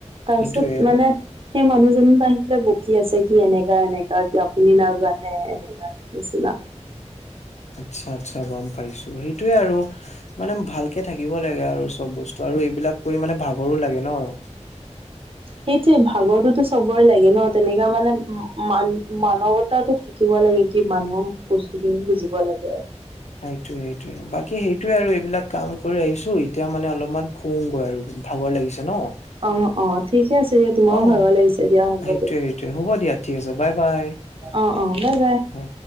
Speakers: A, on the right; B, on the left.
A: তাৰপিছত
B: সেইটোয়ে
A: মানে, সেই মানুহজনৰ পৰা আহি পেলাই বকি আছে। সি এনেকা, এনেকা কি আপুনি নাজানে! এনেকা নিচিনা।
B: আচ্ছা! আচ্ছা! গম পাইছোঁ। সেইটোৱে আৰু মানে, ভালকে থাকিব লাগে আৰু চব বস্তু আৰু এইবিলাক কৰি মানে ভাগৰো লাগে ন'!
A: সেইটোৱে, ভাগৰটোতো চবৰে লাগে ন'। তেনেকা মানে, মান মানৱতাটো থাকিব লাগে। কি মানুহৰ বস্তু খিনি বুজিব লাগে আৰু।
B: সেইটোৱে, সেইটোৱে। বাকী সেইটোৱে আৰু এইবিলাক কাম কৰি আহিছোঁ। এতিয়া মানে, অলপমান শুগৈ আৰু ভাগৰ লাগিছে ন'!
A: অ অ। ঠিক আছে। তোমাৰো
B: অ
A: ভাগৰ লাগিছে দিয়া হ'ব
B: সেইটোয়ে
A: দিয়া
B: সেইটোয়ে হ'ব দিয়া ঠিক আছে বাই বাই
A: অ অ বাই বাই।
B: অ